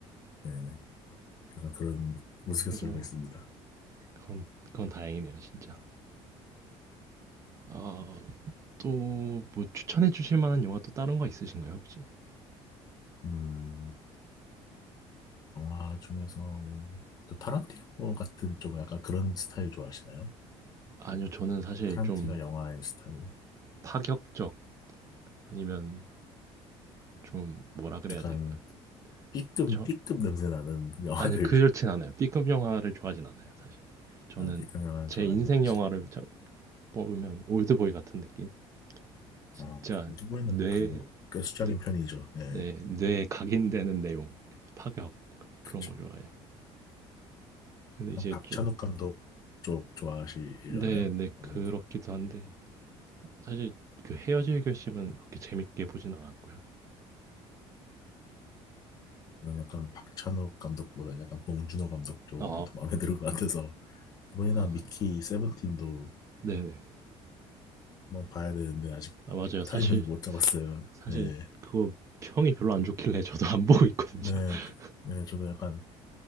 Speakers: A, on the left; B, on the right.
A: 네네. 그래서 그런 우스갯소리가
B: 그죠.
A: 있습니다.
B: 그건, 그건 다행이네요, 진짜. 아, 또 뭐 추천해 주실 만한 영화 또 다른 거 있으신가요, 혹시?
A: 음, 영화 중에서, 뭐, 또 타란티노 같은 좀 약간 그런 스타일 좋아하시나요?
B: 아니요, 저는 사실
A: 타란티노
B: 좀
A: 영화의 스타일.
B: 파격적 아니면 좀 뭐라 그래야
A: 약간
B: 될까?
A: B급,
B: 저
A: B급 냄새 나는 영화들.
B: 아니요, 그렇진
A: <laughs>
B: 않아요. B급 영화를 좋아하진 않아요, 사실. 저는
A: 아, B급 영화는
B: 제
A: 좋아하지
B: 인생
A: 않으시고.
B: 영화를 자- 뽑으면 올드보이 같은 느낌? 진짜
A: 아, 좀 후보에는
B: 뇌,
A: 그래도 꽤 수작인
B: 뇌
A: 편이죠. 네,
B: 네, 뇌에 각인되는 내용, 파격
A: 그쵸.
B: 그런 걸 좋아해요. 근데 이제
A: 박찬욱
B: 좀
A: 감독 쪽 좋아하시려나요?
B: 네, 네
A: 아무래도
B: 그렇기도 한데 사실 그 헤어질 결심은 그렇게 재밌게 보진 않았고요.
A: 저는 약간 박찬욱 감독보다는 약간 봉준호 감독 쪽이
B: 아,
A: 더 마음에 드는 것 같아서 이번이나
B: 아
A: 미키 세븐틴도
B: 네, 네,
A: 한번 봐야 되는데 아직
B: 아, 맞아요. 사실
A: 타이밍을 못 잡았어요.
B: 사실
A: 네,
B: 그거 평이 별로 안 좋길래 저도 안 보고 있거든요.
A: 네,
B: <laughs>
A: 네, 저도 약간